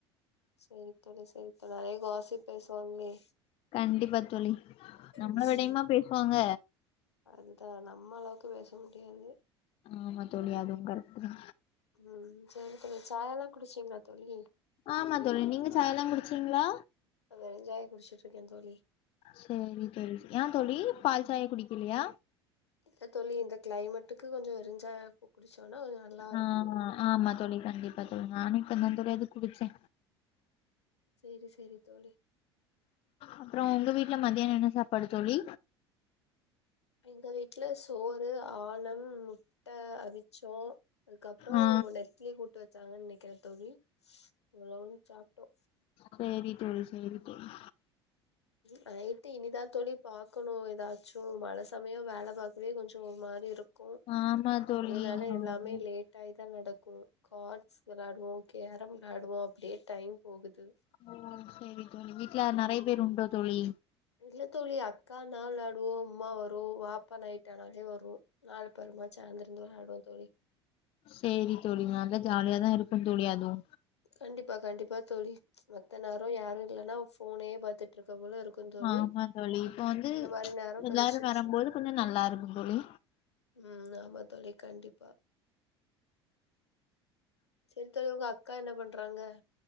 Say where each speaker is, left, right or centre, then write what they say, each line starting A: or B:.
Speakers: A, on the left; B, on the left.
A: செரி தோழி செரி தோழி நெறைய காசிப் பேசுவாங்ளே
B: கண்டிப்பா தோழி நம்மள
A: ம்
B: விடயுமா பேசுவாங்க
A: அதுதா நம்ம அளவுக்கு பேச முடியாது
B: ஆமா தோழி அதுவு கரெக்டு தா
A: ம் செரி தோழி சாயால்லா குடுச்டீங்ளா தோழி
B: ஆமா தோழி நீங்க சாயால்லா குடுச்சீங்ளா
A: நா வெறுஞ்சாயோ குடுச்சிட்ருக்கே தோழி
B: செரி தோழி ஏ தோழி பால்ச் சாயா குடிக்கலியா
A: இத தோழி இந்த க்ளைமேட்டுக்கு கொஞ்ச வெருஞ்சாயா கு குடிச்சோனா கொஞ்ச நல்லாயிர்க்கூ
B: ஆ ஆமா தோழி கண்டிப்பா தோழி நானு இப்பதா தோழி அது குடிச்சே
A: சேரி சேரி தோழி
B: அப்றோ உங்க வீட்ல மதியனோ என்ன சாப்பாடு தோழி
A: எங்க வீட்ல சோறு ஆணம் முட் ட்ட அவிச்சோ அதுக்கப்றோ
B: ஆ
A: ஒன்னேத் இட்லி கூட்டு வச்சாங்கன் நினைக்ற தோழி எவ்ளவுன் சாப்ட்டோ
B: சேரி தோழி சேரி தோழி
A: நைட்டு இனிதா தோழி பாக்கணு ஏதாச்சு மழ சமயு வேல பாக் அதுவே கொஞ்ச ஒரு மாரியிருக்கொ
B: ஆமா தோழி
A: அதனால
B: ஆமா
A: எல்லாமே லேட் டாதா நடக்கு கார்ட்ஸ் விளாடுவோ கேரம் விளாடுவோ அப்டியே டைம் போகுது
B: ஓ சரி தோழி வீட்டுல நெறைய பேரு உண்டோ தோழி
A: இல்ல தோழி அக்கா நா விளாடுவோம் உம்மா வரு வாப்பா நைட் ஆனாலே வரு நாலு பெருமா சேந்து இருந்து விளாடுவோ தோழி
B: சேரி தோழி நல்லா ஜாலியாதா இருக்கூ தோழி அதுவு
A: கண்டிப்பா கண்டிப்பா தோழி மத்த நேர யாரு இல்லன்னா போனே பாத்துட்ருக்க போல இருக்கு தோழி
B: ஆமா தோழி இப்போ வந்து
A: இந்த மாரி நேரோ கொஞ்சோ
B: எல்லாரு
A: சிரிச்சிட்டு
B: வரும்போது
A: இருப்போ
B: கொஞ்ச நல்லாருக்கு தோழி
A: ம் ஆமா தோழி கண்டிப்பா சரி தோழி உங்கக்கா என்ன பண்றாங்க